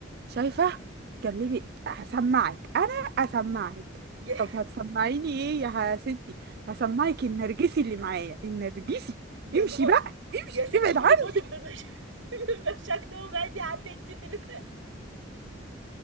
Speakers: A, on the right; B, on the right.
A: شايفة كلمي هسمعك انا اسمعك
B: يا
A: طب هتسمعيني ايه يا ستي هسمعك
B: <laughs>
A: النرجسي اللي معايا النرجسي
B: يا
A: امشي
B: نهار
A: بقى امشي
B: يا ستي
A: ابعد
B: خدي
A: عني
B: جوزك بمش... <laughs> بمشاكله وبعدي عن انت دلوقتي